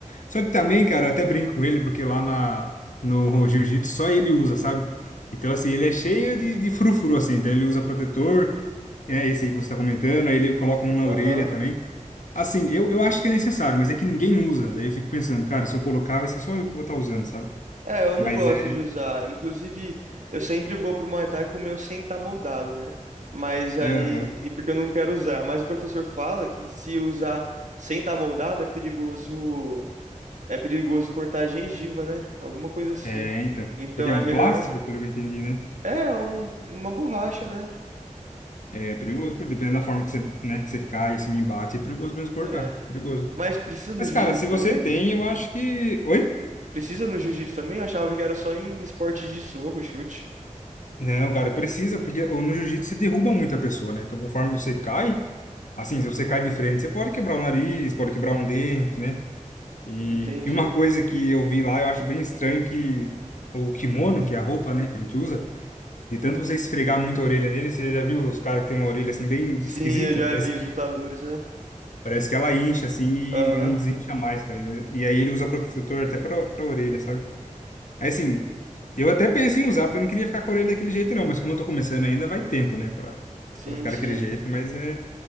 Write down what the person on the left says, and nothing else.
Só que também, cara, eu até brinco com ele porque lá na no <laughs> jiu-jitsu só ele usa, sabe? Então assim, ele é cheio de, de frufru assim, então ele usa protetor, é esse aí que você tá comentando, aí ele coloca um na
orelha também. Assim, eu, eu acho que é necessário, mas é que ninguém usa. Daí eu fico pensando, cara, se eu colocar, vai ser só eu que vou estar usando, sabe?
Mas
é.
aham.
É, então.
Porque é
um
plástico, pelo que eu entendi, né?
É perigoso, porque dependendo da forma que você, né, que você cai, assim, e bate, é perigoso mesmo cortar.
Perigoso.
Mas,
cara, se você
tem, eu acho que. Oi?
Não, cara, precisa, porque o- no jiu-jitsu você derruba muito a pessoa, né? Então, conforme você cai, assim, se você cai de frente, você pode quebrar o nariz, pode quebrar um dente, né? E,
e uma coisa que eu vi lá, eu acho bem estranho que o kimono, que é a roupa, né, que a gente usa, de tanto você esfregar muito a orelha nele, você já viu os caras que tem uma orelha assim bem
esquisita?
Parece
que
parece que ela incha assim e
não desincha mais, cara. E, e aí ele usa protetor até pra, pra orelha, sabe? Aí assim, eu até pensei em usar, porque eu não queria ficar com a orelha daquele jeito não, mas como eu tô começando ainda, vai tempo, né, pra,
pra ficar
daquele jeito, mas é